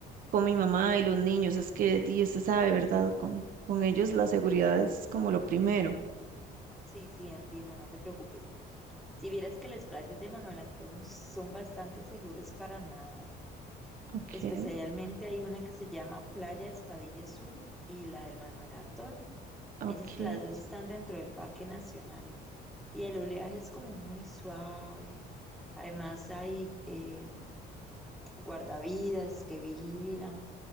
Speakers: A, on the right; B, in the centre.
A: con mi mamá y los niños, es que di, usted sabe, ¿verdad? Con, con ellos la seguridad es como lo primero.
B: Sí, sí, sí, entiendo, no te preocupes. Si vieras que las playas de Manuel Antonio son bastante seguras para nadar,
A: Okay,
B: especialmente hay una que se llama Playa Espadilla Sur y la del Manuel Antonio.
A: okay,
B: Ellas las dos están dentro del Parque Nacional y el oleaje es como muy suave. Además hay eh, guardavidas que vigilan